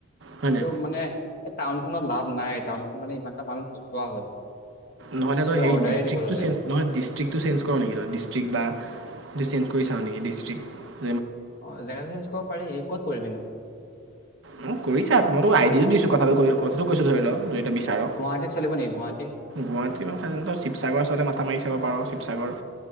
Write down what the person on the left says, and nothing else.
কিন্তু মানে এই টাউনখনত লাভ নাই ন'। মানে ইমানটা মানুহ নোযোৱা হ'ল।
চবে
অৰ্ডাৰেই
দিব ললে
অ' জেগাটো চেঞ্জ কৰিব পাৰি ক'ত কৰিবিনো?
গুৱাহাটীত চলিব নেকি গুৱাহাটী